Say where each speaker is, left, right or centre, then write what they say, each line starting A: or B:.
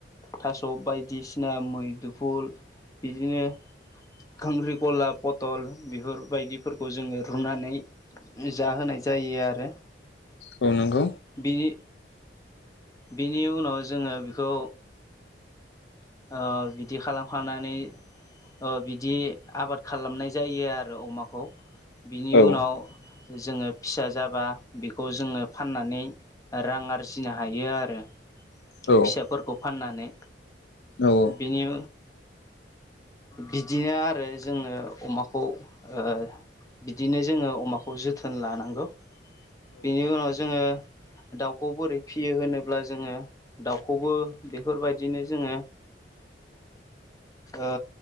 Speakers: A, on the left (about 20°); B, on the left (about 70°).
A: थास' बायदिसिना मैदुफुल बिदिनो खांख्रिकला पथल बेफोरबायदिफोरखौ जोङो रुनानै जाहोनाय जायो आरो।
B: औ नोंगौ।
A: बिनि बिनि उनाव जोङो बेखौ ओ बिदि खालामखानानै ओ बि बिदि आबाद खालामनाय जायो आरो अमाखौ बिनि
B: औ
A: उनाव जोङो फिसा जाबा बेखौ जोङो फाननानै रां आरजिनो हायो आरो।
B: औ।
A: फिसाफोरखौ फाननानै
B: औ औ।
A: बेनि बिदिनो आरो जोङो अमाखौ ओ बिदिनो जोङो अमाखौ जोथोन लानांगौ बेनि उनाव जोङो दाउखौ बोरै फियो होनोब्ला जोङो दाउखौबो बेफोरबायदिनो जोङो ओ